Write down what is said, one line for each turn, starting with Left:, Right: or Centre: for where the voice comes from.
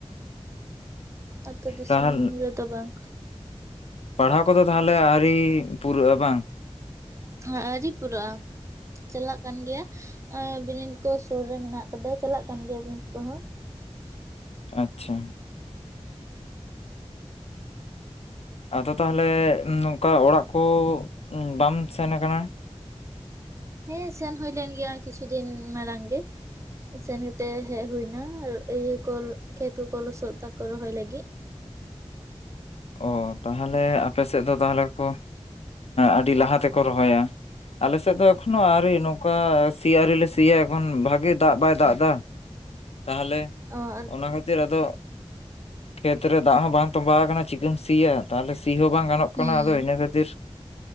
Right: ᱟᱹᱛᱳ ᱫᱤᱥᱚᱢ
Left: ᱛᱟᱦᱚᱞᱮ
Right: ᱨᱮᱫᱚ ᱵᱟᱝ᱾
Left: ᱯᱟᱲᱦᱟᱣ ᱠᱚᱫᱚ ᱛᱟᱦᱚᱞᱮ ᱟᱹᱣᱨᱤ ᱯᱩᱨᱟᱹᱜᱼᱟ ᱵᱟᱝ?
Right: ᱦᱮᱸ ᱟᱹᱣᱨᱤ ᱯᱩᱨᱟ. ᱜᱼᱟ᱾ ᱪᱟᱞᱟᱜ ᱠᱟᱱ ᱜᱮᱭᱟ ᱵᱤᱱᱤᱰ ᱠᱚ ᱥᱩᱨ ᱨᱮ ᱢᱮᱱᱟᱜ ᱟᱠᱟᱫᱟ, ᱪᱟᱞᱟᱜ ᱠᱟᱱ ᱜᱮᱭᱟ ᱵᱤᱱᱤᱰ ᱠᱚᱦᱚᱸ᱾
Left: ᱟᱪᱪᱷᱟ ᱟᱫᱚ ᱛᱟᱦᱚᱞᱮ ᱱᱚᱝᱠᱟ ᱚᱲᱟᱜ ᱠᱚ ᱵᱟᱢ ᱥᱮᱱ ᱟᱠᱟᱱᱟ?
Right: ᱦᱮᱸ ᱥᱮᱱ ᱦᱩᱭ ᱞᱮᱱ ᱜᱮᱭᱟ ᱠᱤᱪᱷᱩ ᱫᱤᱱ ᱢᱟᱲᱟᱝ ᱜᱮ᱾ ᱥᱮᱱ ᱠᱟᱛᱮ ᱦᱮᱡ ᱦᱩᱭᱱᱟ ᱟᱨ ᱤᱭᱟᱹ ᱠᱚ ᱠᱷᱮᱛ ᱠᱚ ᱠᱚ ᱞᱚᱥᱚᱫ ᱮᱫᱟᱠᱚ ᱨᱚᱦᱚᱭ ᱞᱟᱹᱜᱤᱫ᱾
Left: ᱚ ᱛᱟᱦᱚᱞᱮ ᱟᱯᱮ ᱥᱮᱫ ᱫᱚ ᱛᱟᱦᱚᱞᱮ ᱠᱚ ᱟᱹᱰᱤ ᱞᱟᱦᱟ ᱛᱮᱠᱚ ᱨᱚᱦᱚᱭᱟ ᱟᱞᱮ ᱥᱮᱫ ᱫᱚ ᱮᱠᱷᱚᱱᱳ ᱟᱣᱨᱤ᱾ ᱚᱱᱠᱟ ᱥᱤ ᱟᱹᱣᱨᱤ ᱞᱮ ᱥᱤᱭᱟ ᱮᱠᱷᱚᱱ ᱵᱷᱟᱜᱮ ᱫᱟᱜ ᱵᱟᱭ ᱫᱟᱜ ᱮᱫᱟ ᱛᱟᱦᱚᱞᱮ,
Right: ᱚ ᱦᱩᱸ
Left: ᱚᱱᱟ ᱠᱷᱟᱹᱛᱤᱨ ᱟᱫᱚ ᱠᱷᱮᱛ ᱨᱮ ᱫᱟᱜ ᱦᱚᱸ ᱵᱟᱝ ᱛᱚᱸᱵᱟᱣ ᱠᱟᱱᱟ ᱪᱤᱠᱟᱹᱢ ᱥᱤᱭᱟ, ᱛᱟᱦᱚᱞᱮ ᱥᱤ ᱦᱚᱸ ᱵᱟᱝ ᱜᱟᱱᱚᱜ ᱠᱟᱱᱟ
Right: ᱦᱩᱸ
Left: ᱟᱫᱚ ᱤᱱᱟᱹ ᱠᱷᱟᱹᱛᱤᱨ